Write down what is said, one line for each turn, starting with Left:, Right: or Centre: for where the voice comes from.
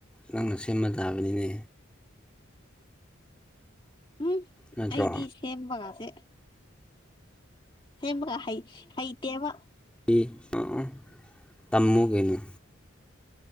Centre: ꯅꯪꯅ ꯁꯦꯝꯃ ꯇꯥꯕꯅꯤꯅꯦ
Left: ꯍꯨꯝ
Centre: ꯅꯠꯇ꯭ꯔꯣ
Left: ꯑꯩꯗꯤ ꯁꯦꯝꯕꯒꯥꯁꯦ ꯁꯦꯝꯕꯒ ꯍꯩ ꯍꯩꯇꯦꯕ
Centre: ꯏ ꯑꯣ ꯑꯣ ꯇꯝꯃꯨꯒꯩꯅꯣ